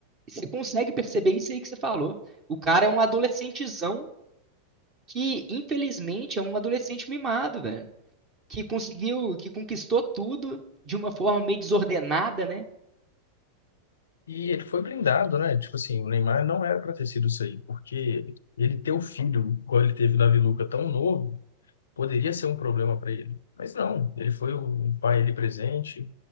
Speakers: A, on the right; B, on the left.
A: você consegue perceber isso aí que você falou. O cara é um adolescentezão que, infelizmente, é um adolescente mimado, velho. que conseguiu, que conquistou tudo de uma forma meio desordenada, né?
B: E ele foi brindado, né? Tipo assim, o Neymar não era para ter sido isso aí, porque ele ter o filho, quando ele teve o Davi Luca tão novo, poderia ser um problema para ele. Mas não, ele foi o pai ali presente,